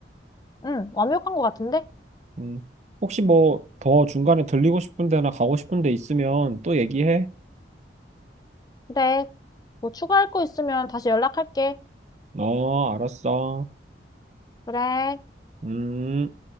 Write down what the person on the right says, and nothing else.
음, 혹시 뭐 더 중간에 들리고 싶은 데나 가고 싶은 데 있으면 또 얘기해.
어, 알았어.
음.